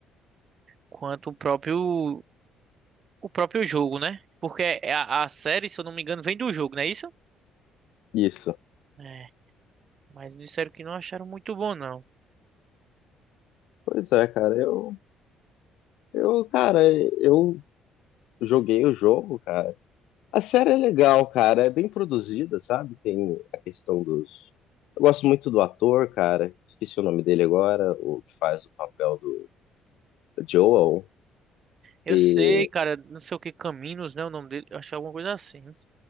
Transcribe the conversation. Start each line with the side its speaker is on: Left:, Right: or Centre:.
Right: quanto o próprio o próprio jogo, né? Porque é a, a série, se eu não me engano, vem do jogo, não é isso?
Left: isso.
Right: É, mas disseram que não acharam muito bom, não.
Left: Pois é, cara. Eu, eu, cara, eu joguei o jogo, cara. A série é legal, cara. É bem produzida, sabe? Tem a questão dos. Eu gosto muito do ator, cara. Esqueci o nome dele agora, o que faz o papel do Joel
Right: Eu
Left: e
Right: sei, cara, não sei o que Caminos, né? O nome dele, eu acho que é alguma coisa assim.